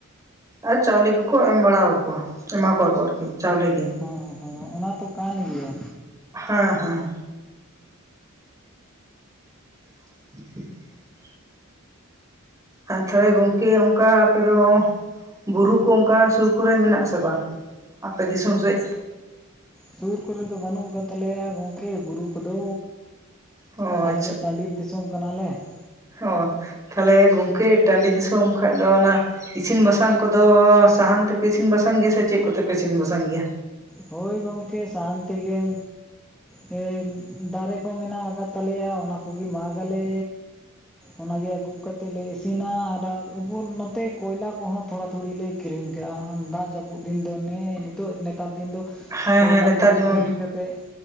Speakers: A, on the right; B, in the centre.
A: ᱟᱨ ᱪᱟᱣᱞᱮ ᱠᱚᱠᱚ ᱮᱢ ᱵᱟᱲᱟ ᱟᱠᱚᱣᱟ, ᱮᱢᱟ ᱟᱠᱚᱣᱟ ᱠᱚ ᱟᱨᱠᱤ ᱪᱟᱣᱞᱮ ᱜᱮ᱾
B: ᱦᱮᱸ ᱦᱮᱸ ᱚᱱᱟ ᱛᱚ ᱠᱟᱱ ᱜᱮᱭᱟ᱾
A: ᱦᱮᱸ ᱦᱮᱸ᱾ <inaudible> ᱟᱨ ᱛᱟᱦᱚᱞᱮ ᱜᱚᱢᱠᱮ ᱚᱱᱠᱟ ᱟᱯᱮ ᱫᱚ ᱵᱩᱨᱩ ᱠᱚ ᱚᱱᱠᱟ ᱥᱩᱨ ᱠᱚᱨᱮ ᱢᱮᱱᱟᱜ-ᱟ ᱥᱮ ᱵᱟᱝ? ᱟᱯᱮ ᱫᱤᱥᱚᱢ ᱥᱮᱡ?
B: ᱥᱩᱨ ᱠᱚᱨᱮ ᱫᱚ ᱵᱟᱹᱱᱩᱜ ᱟᱠᱟᱫ ᱛᱟᱞᱮᱭᱟ ᱜᱚᱢᱠᱮ ᱵᱩᱨᱩ ᱠᱚᱫᱚ᱾
A: ᱚ
B: ᱟᱞᱮ ᱫᱚ ᱴᱟᱺᱰᱤ ᱫᱤᱥᱚᱢ ᱠᱟᱱᱟ ᱞᱮ ᱾
A: ᱚᱸ ᱛᱟᱦᱚᱞᱮ ᱜᱚᱢᱠᱮ ᱴᱟᱺᱰᱤ ᱫᱤᱥᱚᱢ ᱠᱷᱟᱡ ᱫᱚ ᱚᱱᱟ ᱤᱥᱤᱱ ᱵᱟᱥᱟᱝ ᱠᱚᱫᱚ ᱥᱟᱦᱟᱱ ᱛᱮᱯᱮ ᱤᱥᱤᱱ ᱵᱟᱥᱟᱝ ᱜᱮᱭᱟ ᱥᱮ ᱪᱮᱫ ᱠᱚᱛᱮ ᱯᱮ ᱤᱥᱤᱱ ᱵᱟᱥᱟᱝ ᱜᱮᱭᱟ?
B: ᱦᱳᱭ ᱜᱚᱢᱠᱮ ᱥᱟᱦᱟᱱ ᱛᱮᱜᱮ᱾ ᱮᱹᱭ ᱫᱟᱨᱮ ᱠᱚ ᱢᱮᱱᱟᱜ ᱟᱠᱟᱫ ᱛᱟᱞᱮᱭᱟ ᱚᱱᱟ ᱠᱚᱜᱮ ᱢᱟᱜᱽ ᱟᱞᱮ᱾ ᱚᱱᱟ ᱜᱮ ᱟᱹᱜᱩ ᱠᱟᱛᱮᱫ ᱞᱮ ᱤᱥᱤᱱᱟ ᱟᱨ ᱩᱯᱚᱨ ᱱᱚᱛᱮ ᱠᱚᱭᱞᱟ ᱠᱚᱦᱚᱸ ᱛᱷᱚᱲᱟ ᱛᱷᱩᱲᱤ ᱞᱮ ᱠᱤᱨᱤᱧ ᱠᱟᱜᱼᱟ ᱫᱟᱜ ᱡᱟᱹᱯᱩᱫ ᱫᱤᱱ ᱫᱚ ᱱᱮᱜ-ᱮ ᱱᱤᱛᱚᱜ ᱱᱮᱛᱟᱨ ᱫᱤᱱ ᱫᱚ
A: ᱦᱮᱸ
B: ᱠᱚᱭᱞᱟ
A: ᱦᱮᱸ ᱱᱮᱛᱟᱨ
B: ᱠᱚᱜᱮ
A: ᱡᱮᱢᱚᱱ
B: ᱠᱤᱨᱤᱧ ᱠᱟᱛᱮᱫ